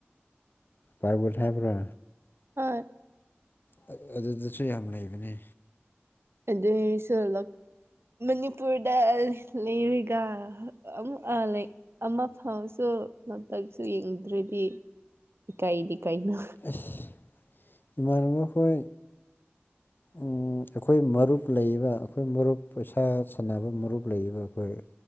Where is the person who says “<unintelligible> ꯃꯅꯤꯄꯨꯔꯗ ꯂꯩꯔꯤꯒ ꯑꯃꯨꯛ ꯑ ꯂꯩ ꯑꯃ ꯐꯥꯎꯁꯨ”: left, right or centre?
Right